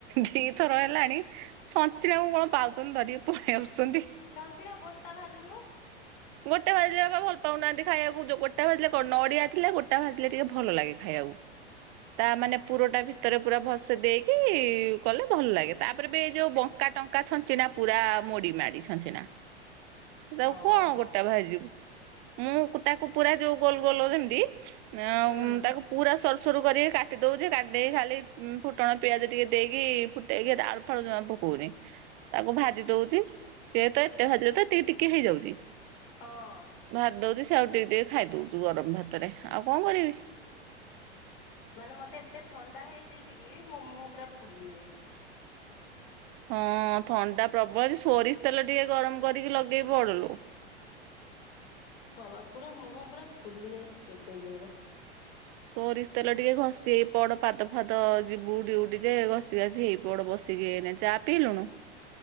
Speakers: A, on the right; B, on the left.
A: ଦି ଥର ହେଲାଣି ଛଞ୍ଚିଣାକୁ କଣ ପାଉଛନ୍ତି ଧରିକି ପଳେଇ ଆଉଛନ୍ତି।
B: ଛଞ୍ଚିଣା ଗୋଟା ଭାଜୁନୁ?
A: ଗୋଟେ ଭାଜିଲେ ବା ପା ଭଲ ପାଉନାହାନ୍ତି ଖାଇବାକୁ ଗୋଟା ଭାଜିଲେ ନଡିଆ ଥିଲେ ଗୋଟା ଭାଜିଲେ ଟିକେ ଭଲ ଲାଗେ ଖାଇବାକୁ। ତା ମାନେ ପୁରଟା ଭିତରେ ପୁରା ଭଲସେ ଦେଇକି କଲେ ଭଲ ଲାଗେ ତାପରେ ବି ଯୋଉ ଵଙ୍କା ଟଙ୍କା ଛଞ୍ଚିଣା ପୁରା ମୋଡି ମାଡି ଛଞ୍ଚିଣା। ତାକୁ
B: ଓହୋ
A: କଣ ଗୋଟା ଭାଯିବୁ ମୁଁ ତାକୁ ପୁରା ଯୋଉ ଗୋଲ ଗୋଲ ଯେମିତି ଆଉଁ
B: ହୁଁ
A: ତାକୁ ପୁରା ସରୁ ସ ସରୁସରୁ କରିକି କାଟି ଦେଉଛି କାଟି ଦେଇକି ଖାଲି ଫୁଟଣ ପିଆଜ ଟିକେ ଦେଇକି ଫୁଟାଇକି ଳ ପକଉନି ତାକୁ ଭାଜି ଦଉଛି ସିଏ ତ ଏତେ ଭାଜିଦେଲେ ତ ଏତିକି ଟିକେ ହେଇଯାଉଛି।
B: ହଁ।
A: ଭାଜ ଦଉଛି ସେ ଆଉ ଟିକେ ଟିକେ ଖାଇଦଉଛୁ ଗରମ ଭାତରେ ଆଉ କଣ କରିବି?
B: ମାନେ ମତେ ଏତେ ଥଣ୍ଡା ହେଇଯାଇଛି ଟିକେ ମୋ ମୁହଁ ପୁରା ଫୁଲି ଯାଇଛି।
A: ହଁ ଥଣ୍ଡା ପ୍ରବଳ ସୋରିଷ ତେଲ ଟିକେ ଗରମ କରିକି ଲଗେଇ ପଡଲୋ।
B: ହଁ ବା ପୁରା ମୁହଁ ପୁରା ଫୁଲି ଯାଇଛି କେଡେ ଜୋର।
A: ସୋରିଷ ତେଲ ଟିକେ ଘଷି ହେଇ ପଡ ପାଦ ଫାଦ ଯିବୁ ଡିଉଟି ଯେ ଘଷି ଘାସି ହେଇ ପଡ ବସି। ଟିକେ ଚା ପିଇଲୁଣୁ?